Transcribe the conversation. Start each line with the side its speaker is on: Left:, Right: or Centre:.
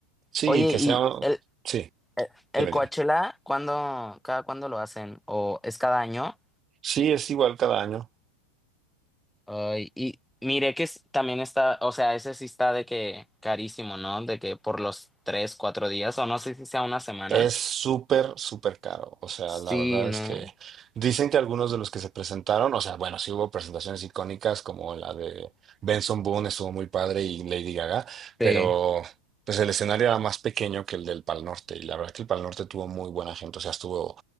Right: Sí,
Centre: Oye,
Right: que
Centre: ¿y
Right: sea,
Centre: el,
Right: sí,
Centre: el, el
Right: dime,
Centre: Coachella,
Right: dime.
Centre: cuándo, cada cuándo lo hacen? ¿O es cada año?
Right: Sí, es igual cada año.
Centre: Ay, y mire que es- también está, o sea, ese sí está de que carísimo, ¿no? De que por los tres, cuatro días, o no sé si sea una semana.
Right: Es súper, súper caro. O sea,
Centre: Sí,
Right: la verdad
Centre: no.
Right: es que dicen que algunos de los que se presentaron, o sea, bueno, sí hubo presentaciones icónicas como la de Benson Boone, estuvo muy padre, y Lady Gaga,
Centre: Sí.
Right: pero pues el escenario era más pequeño que el del Pal Norte. Y la verdad es que el Pal Norte tuvo muy buena gente. O sea, estuvo